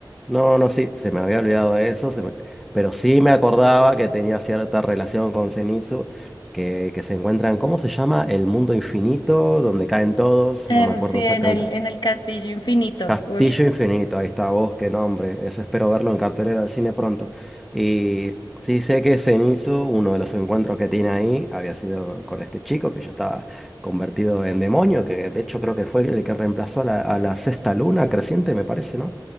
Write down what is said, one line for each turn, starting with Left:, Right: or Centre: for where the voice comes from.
Centre: No, no, sí, se me había olvidado de eso, se me- pero sí me acordaba que tenía cierta relación con Zenitsu, que, que se encuentran, ¿cómo se llama? El mundo infinito, donde caen todos,
Left: En,
Centre: no me acuerdo
Left: sí,
Centre: exactamente.
Left: en el, en el Castillo Infinito.
Centre: Castillo
Left: Uy.
Centre: Infinito, ahí está vos, qué nombre. Ese espero verlo en cartelera del cine pronto. Y sí sé que Zenitsu, uno de los encuentros que tiene ahí, había sido con este chico que ya estaba convertido en demonio, que de hecho creo que fue el que reemplazó a la, a la sexta luna creciente, me parece, ¿no?